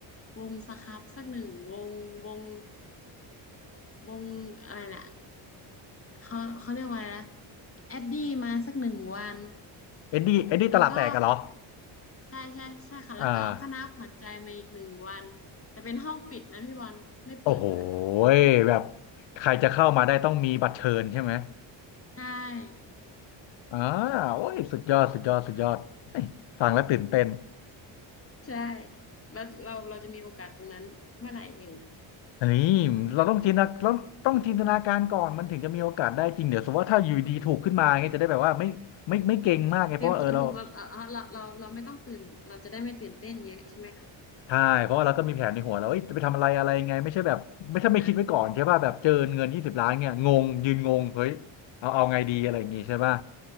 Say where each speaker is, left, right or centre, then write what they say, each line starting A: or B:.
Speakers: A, on the left (about 25°); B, on the left (about 65°).
A: วงสครับสักหนึ่งวงวงวงอะไรนะ เขาเขาเรียกว่าอะไรนะแอดดี้มาสักหนึ่งวัน
B: เอ็ดดี้เอ็ดดี้ตลาดแตกกันเหรอ
A: แล้วก็ใช่ใช่ใช่ค่ะแล้วก็เอาคณะขวัญใจมาอีกหนึ่งวันแต่เป็นห้องปิดนะพี่บอลไม่เปิดด้วย
B: อ่าโอ้โหยแบบใครจะเข้ามาได้ต้องมีบัตรเชิญใช่ไหม
A: ใช่
B: อ่าโอ้ยสุดยอดสุดยอดสุดยอดเอ้ยฟังแล้วตื่นเต้น
A: ใช่แล้วเราเราจะมีโอกาสตรงนั้นเมื่อไหร่เอ่ย
B: อันนี้เราต้องจินตนาเราต้องจินตนาการก่อนมันถึงจะมีโอกาสได้จริงเดี๋ยวสมมติว่าถ้าอยู่ดีถูกขึ้นมาเงี้ยจะได้แบบว่าไม่ไม่ไม่เก่งมากไงเพราะว่าเออเรา
A: <laughs> เตรียมตัวถูกเราเราเราเราเราไม่ต้องตื่นเราจะได้ไม่ตื่นเต้นเยอะใช่ไหมคะ
B: ใช่เพราะว่าเราก็มีแผนในหัวแล้วเอ้ยจะไปทำอะไรอะไรยังไงไม่ใช่แบบไม่ถ้าไม่คิดไว้ก่อนใช่ป่ะแบบเจอเงินยี่สิบล้านเนี่ยงงยืนงงเฮ้ยเอาเอาไงดีอะไรอย่างงี้ใช่ป่ะ
A: อ่า